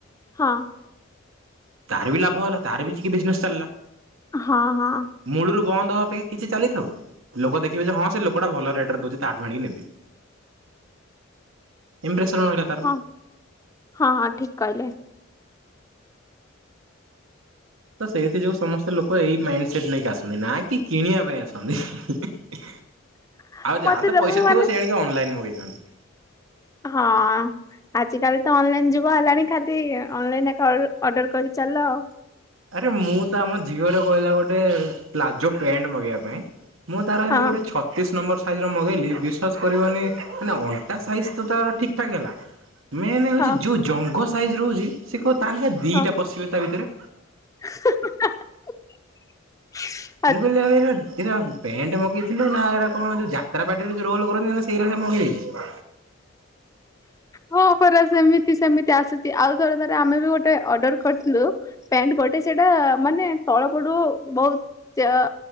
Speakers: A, on the left; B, on the right.
A: ହଁ।
B: ତାର ବି ଲାଭ ହେଲା ତାର ବି ଟିକେ ବିଜନେସ୍‌ ଚାଲିଲା।
A: ହଁ ହଁ
B: ମୂଳରୁ ବନ୍ଦ ହେବା ପାଇଁ କିଛି ଚାଲିଥାଉ। ଲୋକ ଦେଖିବେ ଯେ ହଁ ସେ ଲୋକଟା ଭଲ ରେଟ୍‌ ରେ ଦଉଛି ତାଠୁ ଆଣିକି ଦେବି। ଇମ୍ପ୍ରେସନ୍ର ରହିଲା। ତାର।
A: ହଁ ହଁ ହଁ ଠିକ କହିଲେ।
B: ତ ସେଇଥି ଯୋଗୁ ସମସ୍ତେ ଲୋକ ଏଇ ମାଇଣ୍ଡ ସେଟ୍ ନେଇକି ଆସନ୍ତି ନା କି କିଣିବା ପାଇଁ ଆସନ୍ତି। <unintelligible>
A: <inaudible>
B: ଆଉ ଯାହାର ତ ପଇସ
A: ମୁଁ ମାନେ
B: ଥିବ ସେ ଆଣିକି ଅନଲାଇନ୍ ମଗାଇଥାନ୍ତି।
A: ହଁ। ଆଜିକାଲି ତ ଅନଲାଇନ ଯୁଗ ହେଲାଣି ଖାଲି ଅନଲାଇନ ଏକ ଅର୍ଡର କରି ଚାଲ ଆଉ।
B: ଆରେ ମୁଁ ତ ଆମ ଝିଅରେ କହିଲା ଗୋଟେ ପ୍ଲାଜୋ ପ୍ୟାଣ୍ଟ ମଗେଇବା ପାଇଁ ମୁଁ ତାର ହେମ୍ତି
A: ହଁ
B: ଗୋଟେ ଛ ଛତିଶ ନମ୍ବର ସାଇଜର ମଗାଇଲି ବିଶ୍ୱାସ କରିବନି। ମାନେ ଅଣ୍ଟା ସାଇଜ ତାର ଠିକ୍ ଠାକ୍ ହେଲା ମେନ୍ ହେଉଛି
A: ହଁ
B: ଜୋ ଜଙ୍ଘ ସାଇଜ୍ ହଉଛି ସେ କହିବ ତାନାକେ ଦୁଇଟା
A: ହଁ
B: ପଶିବେ ତାଭିତରେ।
A: <unintelligible>
B: ମୁଁ କହିଲି ଏରା ଏରାମ୍ ପେଣ୍ଟ ମଗେଇଥିଲୁ। ନା ଏଡ଼ା କଣ ଯୋଉ ଯାତ୍ରା ପାର୍ଟିରେ ଯୋଉ ରୋଲ କରନ୍ତି ମାନେ ସେଇ ସେ ମଗେଇ ଦେଇଛି।
A: ହଁ ପରା ସେମିତି ସେମିତି ଆସୁଛି। ଆଉ ଥରେ ଥରେ ଆମେ ବି ଗୋଟେ ଅର୍ଡର କରିଥିଲୁ। ପ୍ୟାଣ୍ଟ ପଟେ ସେଟା ମାନେ ତଳ ପଟୁ ବହୁତ